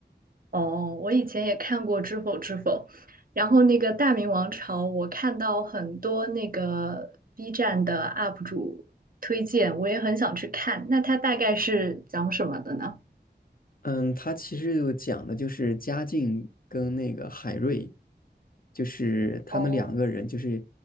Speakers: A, on the right; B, on the left.
A: 哦，我以前也看过《知否知否》，然后那个《大明王朝》，我看到很多那个 B 站的 UP 主推荐，我也很想去看。那它大概是讲什么的呢？
B: 嗯，它其实就讲的就是嘉靖跟那个海瑞，就是他们两个人，
A: 哦，
B: 就是